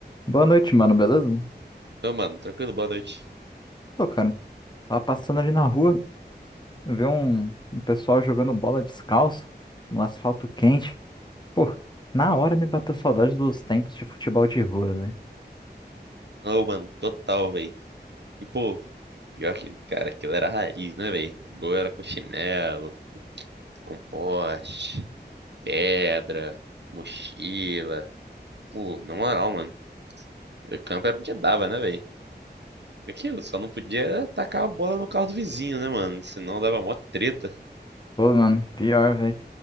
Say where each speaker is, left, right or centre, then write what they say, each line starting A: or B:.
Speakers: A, on the left; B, on the right.
A: Boa noite, mano, beleza?
B: Ô, mano, tranquilo, boa noite.
A: Pô, cara, tava passando ali na rua, eu vi um, um pessoal jogando bola descalço no asfalto quente. Pô, na hora me bateu saudade dos tempos de futebol de rua, velho.
B: Ô, mano, total, véi. E, pô, pior que, cara, aquilo era raiz, né, véi? O gol era com chinelo, com poste, pedra, mochila. Pô, na moral, mano, o campo era onde dava, né, véi? Aquilo, só não podia tacar a bola no carro do vizinho, né, mano? Senão dava mó treta.
A: Pô, mano, pior, velho.